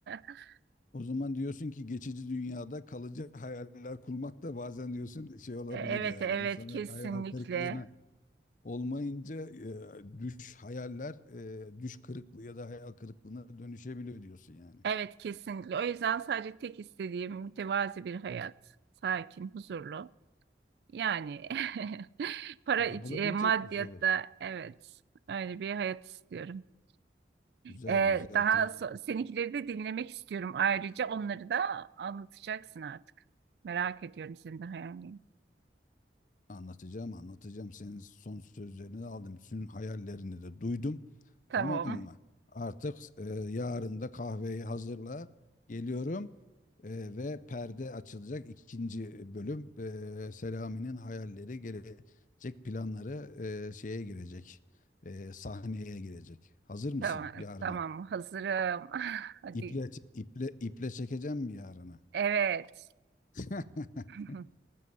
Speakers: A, on the right; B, on the left.
A: <laughs>
B: o zaman diyorsun ki geçici dünyada kalıcı hayaller kurmak da bazen diyorsun şey olabilir
A: E, Evet,
B: yani
A: evet,
B: insana
A: kesinlikle.
B: hayal kırıklığına olmayınca e, düş hayaller e, düş kırıklığı ya da hayal kırıklığına dönüşebiliyor diyorsun yani.
A: Evet, kesinlikle. O yüzden sadece tek istediğim mütevazi bir hayat. Sakin, huzurlu. Yani <laughs> para
B: Yapılabilecek
A: iç, e, maddiyatta
B: bir şey.
A: evet öyle bir hayat istiyorum. E,
B: Güzel güzel
A: daha
B: tamam.
A: so- seninkileri de dinlemek istiyorum. Ayrıca onları da anlatacaksın artık. Merak ediyorum senin de hayalini.
B: Anlatacağım, anlatacağım. Senin son sözlerini de aldım. senin hayallerini de duydum.
A: Tamam.
B: Tamam mı? Artık e, yarın da kahveyi hazırla. Geliyorum E, ve perde açılacak ikinci bölüm. E, Selami'nin hayalleri, gelecek planları e, şeye girecek. E, sahneye girecek. Hazır mısın
A: Tamam,
B: yarına?
A: tamam. Hazırım. <laughs> Hadi.
B: İple, iple, iple çekeceğim mi yarına?
A: Evet.
B: <laughs>
A: <laughs>